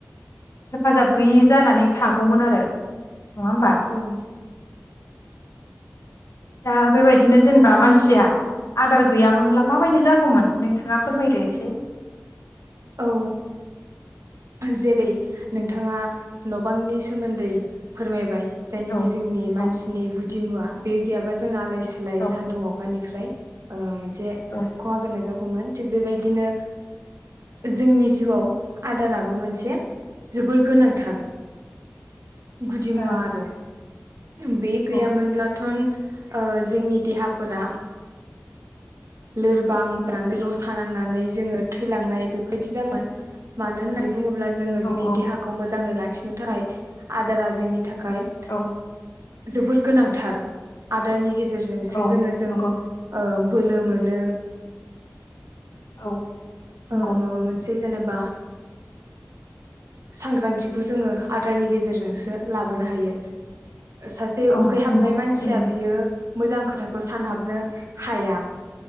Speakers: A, on the left; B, on the right.
A: हेफाजाब गैयि जानानै थागौमोन आरो। नङा होमबा?
B: औ
A: दा बेबायदिनो जेनेबा मानसिया। आदार गैयामोनब्ला माबायदि जागौमोन नोंथाङा फोरमायदो एसे।
B: औ जेरै नोंथाङा न' बांनि सोमोन्दै फोरमायबाय। जायनाखि
A: औ
B: जोंनि मानसिनि
A: औ
B: गु दि मुवा बे गैयाबा जों आलाय सिलाय
A: औ
B: सान्दुं अखानिफ्राय ओ मोनसे
A: औ
B: खहा गोनां जागौमोन थिग बेबायदिनो जोंनि जिउआव आदाराबो मोनसे जोबोर गोनांथार। गुदि मुवा
A: औ
B: आरो। बे गैयामोनब्लानथन
A: औ
B: ओ जोंनि देहाफोरा। लोरबां जानो सा नांनानै जोङो थैलांनाय बेफोरबायदि जागोन मानो होननाय। बुङोब्ला जो जोंनिहाखौ
A: औ
B: लाखिनो थाखाय आदार जोंनि थाखाय गाय
A: औ
B: जोबोद गोनांथार आदारनि गेजेर जोंसो
A: औ
B: जोङो जों
A: नंगौ
B: ओ बोलो मो नो
A: औ नंगौ
B: ओ मोनसे जेनेबा सांग्रांथिखौ जोङो आदारनि गेजेरजोंसो लाबोनो हायो। सासे
A: औ
B: उखैहाबनाय
A: नंगौ
B: मानसिया
A: थारैनो
B: बियो मोजां खोथाखौ सानहाबनो हाया